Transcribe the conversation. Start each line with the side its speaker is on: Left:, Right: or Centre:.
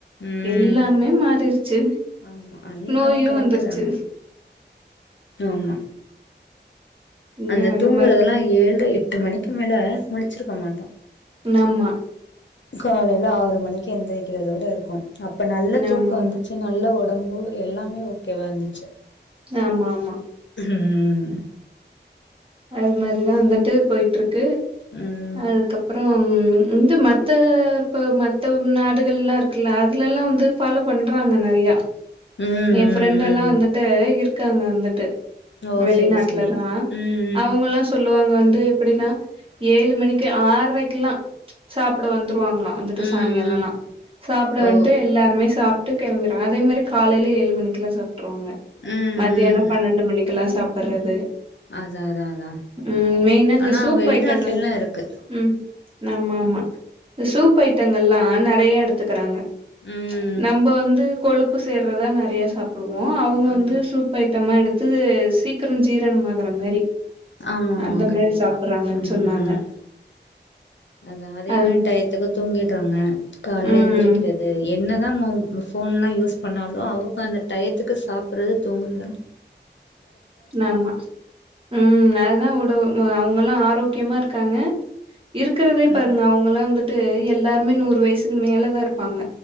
Left: ம்
Right: எல்லாமே
Left: ம்
Right: மாறிருச்சு
Left: ஆமா அது என்னவோ
Right: நோயு
Left: கரெட்டு
Right: வந்துருச்சு
Left: தான ஆமா
Right: உம்
Left: அந்த
Right: அது
Left: தூங்குறதெலா
Right: மாரி
Left: ஏழ்ர எட்டு மணிக்கு மேல முலுச்சிருக்க மாட்டோ
Right: நம்மா
Left: காலைல ஆறு மணிக்கு எந்திரிக்கறதோட இருக்கோ அப்ப நல்ல தூக்கோ
Right: ஆமா ஆமா
Left: வந்து ச்சு நல்ல உடம்பு எல்லாமே ஓகேவா இருந்துச்சு
Right: ஆமா ஆமா
Left: ம்
Right: அது மாரிதா வந்துட்டு போய்ட்டுருக்கு
Left: ம்
Right: அதுக்கப்புற ம் இந்த மத்த இப்ப மத்த நாடுகள்லா இருக் கிளாத்துலல்லா வந்து ஃபாலோ பண்றாங்க நறையா
Left: ம் ம்
Right: என் ஃப்ரெண்டெல்லா
Left: ம்
Right: வந்துட்டு இருக்காங்க வந்துட்டு
Left: ஓ
Right: வெளிநாட்ல
Left: செரி செரி
Right: தா
Left: ம்
Right: அவுங்க ளா சொல்லுவாங்க வந்து எப்டினா ஏழு மணிக்கே ஆறைக்லா சாப்ட வந்துருவாங்ளா வந்துட்டு
Left: ம்
Right: சாய்ங்காலல்ல
Left: ம் ம்
Right: சாப்ட
Left: ஓ
Right: வன்ட்டு எல்லாருமே சாப்ட்டு கெளம்பிறா அதே மாரி காலையில ஏழு மணிக்கெல்லா சாப் ட்றோங்க
Left: ம்
Right: மத்தியான
Left: ம்
Right: பன்ணண்டு
Left: ம்
Right: மணிக்கல்லா சாப்பர்றது
Left: அதா அதா அதா
Right: ம் மெயினா இந்த
Left: ஆனா
Right: சூப்
Left: வெளிநாட்லல்லா
Right: ஐட்டங்கள்
Left: இருக்கு
Right: ம் ஆமா ஆமா இந்த சூப் ஐட்டங்கல்லா நறைய எடுத்துக்கறாங்க
Left: ம்
Right: நம்ப வந்து கொழுப்பு சேர்றதா நறைய சாப்புடுவோ அவுங்க
Left: ஆமா
Right: வந்து சூப் சூப் ஐட்டமா எடுத்து சீக்ர ஜீரணமாகற மாரி
Left: ஆமா ஆமா
Right: அந்த
Left: கண்டிப்பா
Right: மாரி சாப்புட்றாங்கன்னு
Left: ம்
Right: சொன்னாங்க.
Left: அதா அதே
Right: அது
Left: மாரி டை த்துக்கு தூங்கிட்றாங்க கால்ல
Right: ம்
Left: எந்திரிக்றது என்னதா போன்லா யூஸ் பண்ணாலு அவுங்க அந்த டயத்துக்கு சாப்றது தூங்குறத்தெல்லா
Right: ஆமா ம் அதா உணவு அவுங்கள்ளா ஆரோக்கியமா இருக்காங்க இருக்றதே
Left: ம்
Right: பாருங்க அவுங்கல்லா வந்துட்டு எல்லார்மே நூறு வயசுக் மேலதா இருப்பாங்க